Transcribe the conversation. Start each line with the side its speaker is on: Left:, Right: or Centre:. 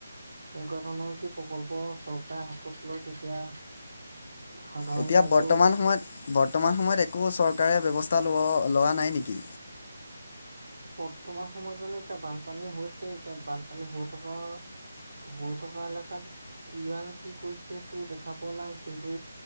Right: তেনেকুৱা ধৰণৰ যদি প্ৰকল্প, চৰকাৰে হাতত লয়। তেতিয়া, সাধাৰণ
Left: এতিয়া,
Right: ৰাইজৰ
Left: বৰ্তমান সময়ত, বৰ্তমান সময়ত একো চৰকাৰে ব্যৱস্থা ল-লোৱা নাই নেকি?
Right: বৰ্তমান সময়ত মানে, এতিয়া বানপানী হৈছে, এতিয়া বানপানী হৈ থকা হৈ থকা এলেকাত, কিমান কি কৰিছে, এইটো দেখা পোৱা নাই। কিন্তু,